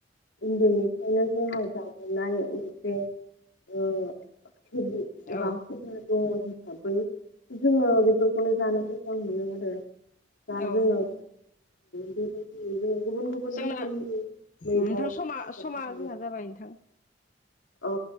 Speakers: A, on the left; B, on the left.
A: उन्दैनिफ्रायनो जोंहा जाबोनाय। जे ओ हेबिद एबा
B: औ
A: हुदा दङ। हिसाबै जोङो बेफोरखौनो जानो मोजां मोनो आरो दा
B: औ
A: जोङो। बेबायदि जोङो गुबुन गुबुन
B: जोंना
A: रोखोमनि मैगं
B: नोंथां समा
A: जानो
B: समा
A: हायो
B: जोंहा जाबाय नोंथां।
A: औ